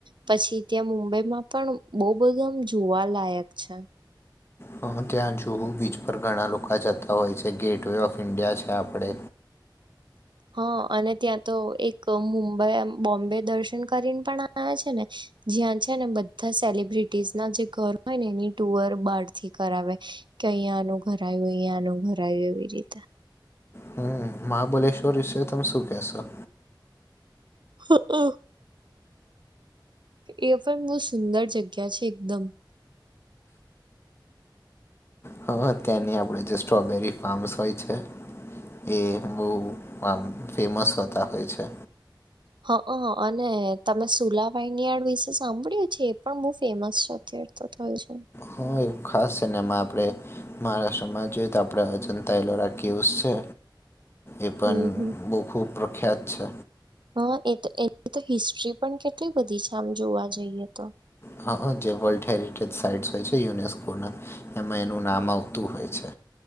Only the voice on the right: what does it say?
પછી ત્યાં મુંબઈમાં પણ બહુ બધા આમ જોવા લાયક છે.
હા, અને ત્યાં તો એક મુંબઈ બોમ્બે દર્શન કરીને પણ આમ આ છે ને જ્યાં છે ને બધા સેલિબ્રિટીસ ના જે ઘર હોય ને એની ટુઅર બાર થી કરાવે કે અહીંયાનું ઘર આવ્યું અહીયાનું ઘર આવ્યું એવી રીતે.
હ અહ. એ પણ બહુ સુંદર જગ્યા છે એકદમ.
હા અહ અને તમે સુલા વાઇન યાર્ડ વિશે સાંભળ્યું છે એ પણ બહુ ફેમસ છે અત્યાર તો થોયો છે.
હમ હમ
હા એ તો એ તો હિસ્ટ્રી પણ કેટલી બધી છે આમ જોવા જઈએ તો.